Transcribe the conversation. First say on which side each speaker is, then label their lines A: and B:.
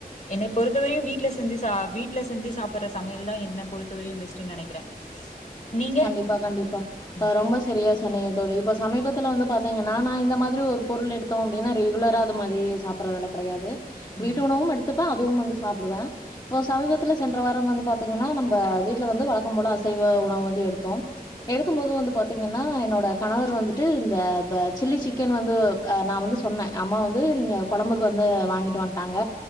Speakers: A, on the left; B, on the left.
A: எனப் பொறுத்தவரையு வீட்டுல செஞ்சு சா வீட்டுல செஞ்சு சாப்புட்ற சமையல் தா என்ன பொறுத் <unintelligible> பெஸ்ட்னு நெனைக்கிறே நீங்க
B: கண்டிப்பா கண்டிப்பா
A: ம்
B: ஆ ரொம்ப செரியா சொன்னீங்க தோழி இப்ப சமீபத்து துல வந்து பாத்தீங்கன்னா நா இந்த மாதிரி ஒரு பொருள் எடுத்தோ அப்டின்னா ரெகுலர அது மாரி சாப்புட்றதெல்லா கெடையாது
A: ம்
B: வீட்டு உணவு எடுத்துப் ஆ அதுவு வந்து சாப்டுவே இப்ப சமீபத்தில் சென்ற வார வந்து பாத்தீங்கன்னா நம்ப வீட்ல வந்து வழக்கம் போல அசைவ உணவு வந் எடுத்தோ எடுக்கும்போது வந்து பாத்திங்கன்னா என்னோட கணவர் வந்துட்டு இந்த ப சில்லி சிக்கன் வந்து நா வந்து சொன்ன அம்மா வந்து நீங்க கொழம்புக்கு வந்து வாங்கிட்டு வந்துட்டாங்க